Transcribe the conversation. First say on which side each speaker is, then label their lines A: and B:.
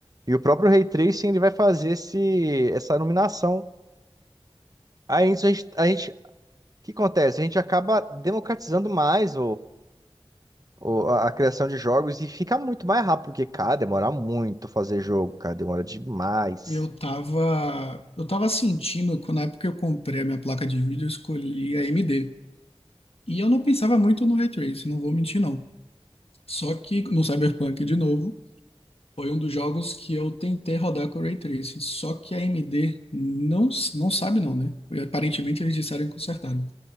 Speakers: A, on the right (about 35°); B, on the left (about 70°).
A: e o próprio Ray Tracing ele vai fazer esse, essa iluminação. Aí isso a gente, a gente- o que acontece? A gente acaba democratizando mais o- a a criação de jogos e fica muito mais rápido, porque, cara, demora muito fazer jogo, cara, demora demais.
B: Eu tava, eu tava sentindo, quando na época que eu comprei a minha placa de vídeo, eu escolhi a AMD. E eu não pensava muito no Ray Tracing, não vou mentir não. Só que no Cyberpunk, de novo, foi um dos jogos que eu tentei rodar com o Ray Tracing. Só que a AMD não, não sabe não, né? E, aparentemente eles disseram que consertaram.